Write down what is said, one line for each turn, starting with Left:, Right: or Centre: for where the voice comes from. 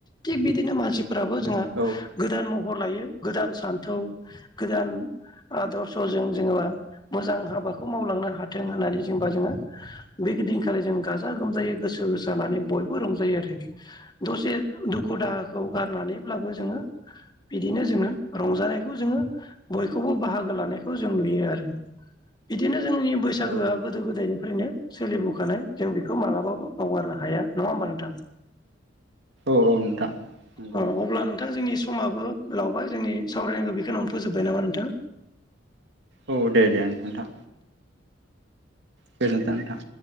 Left: थिग बिदिनो मानसि फोराबो जोंहा
Right: औ
Left: गोदान महर लायो गोदान सान्थौ गोदान आदर्शजों जोङेबा मोजां हाबाखौ मावलांनो हाथों होननानै जेनेबा जोङो बे दिखा जों ग गाजा गोमजायै गोसो गोसानानै बयबो रंजायो आरो दसे दुखु दाहाखौ गारनानै अब्लाबो जोङो बिदिनो जोङो रंजानायखौ जोङो बयखौबो बाहागो लानायखौ जों नुयो आरो बिदिनो जोंनि बैसागोआ
Right: औ
Left: गोदो गोदायनिफ्रायनो सोलिबोखानाय जों बेखौ मालाबाबो बावगारनो हाया नङा होमबा नोंथां
Right: औ नोंथां नंगौ
Left: औ अब्ला नोंथां जोंनि समाबो लावबाय जोंनि सावरायनांगौ बेखौावं फोजोबबाय नामा नोंथां
Right: औ दे देथ नोंथां गोजोनथों नोंथां